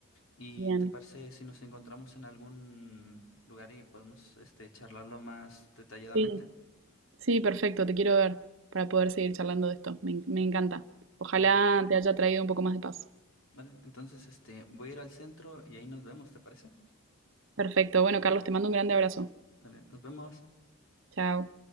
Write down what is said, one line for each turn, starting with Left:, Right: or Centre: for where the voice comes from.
Left: ¿Y
Right: Bien.
Left: te parece si nos encontramos en algún lugar y podemos este, charlarlo más detalladamente?
Right: Sí, Sí, perfecto, te quiero ver para poder seguir charlando de esto. Me, en- me encanta. Ojalá
Left: Ah,
Right: te haya traído un poco más de paz.
Left: vale, entonces este, voy a ir al centro y ahí nos vemos, ¿te parece?
Right: Perfecto, bueno, Carlos, te mando un grande abrazo.
Left: Vale, nos vemos.
Right: Chao.